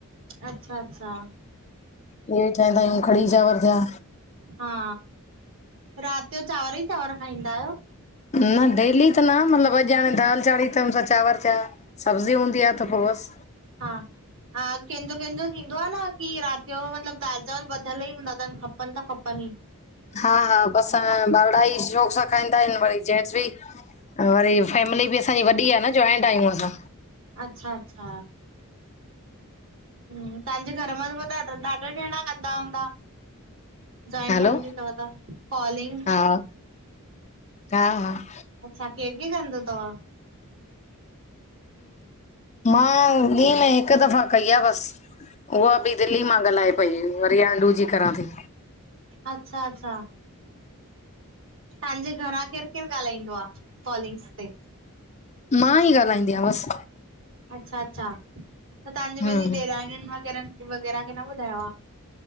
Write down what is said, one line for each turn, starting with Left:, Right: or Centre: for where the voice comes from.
Right: अच्छा-अच्छा।
Left: इहे ठाहिंदा आहियूं क़डी -चावर थिया।
Right: हा, रात जो चांवर ई चांवर खाईंदा आहियो?
Left: न डेली त न मतिलब अॼ हाणे दाल चाढ़ी तो हुंनसा चांवर थिया। सब्जी हूंदी आहे त पोइ बस।
Right: हा -- हा कंहिंजो कंहिंजो थींदो आहे न, की रात जो मतिलब दाल चावल ॿधियल ई हूंदा अथन खपनि त खपनि ई।
Left: हा हा बसरू वाड़ा ई शौक़ु सां खाईंदा आहिन, वरी जेंट्स बि। वरी फैमिली बि असांजी वॾी आहे न जॉइंट आहियूं असां।
Right: अच्छा अच्छा। तव्हांजे घर मां त ॾाढा जणा कंदा हूंदा। जॉइंट
Left: हलो
Right: फैमिली तव त, कॉलिंग्स
Left: हा हा हा --
Right: अच्छा, केंहिखे कंदो तवा?
Left: मां ॾीं में हिकु दफ़ा कई आहे बस। उहा बि दिल्ली मां ॻाल्हाए पई वरियाडू जी करां थी।
Right: अच्छा अच्छा। तव्हांजे घरां केरु केरु ॻाल्हाईंदो आहे कॉलिंग्स ते?
Left: मां ई ॻाल्हाईंदी आहिया बस।
Right: अच्छा अच्छा त तव्हांजी पंहिंजी
Left: हम
Right: ॾेराणियुन वग़ैरह, वग़ैरह खे न ॿुधायो आ।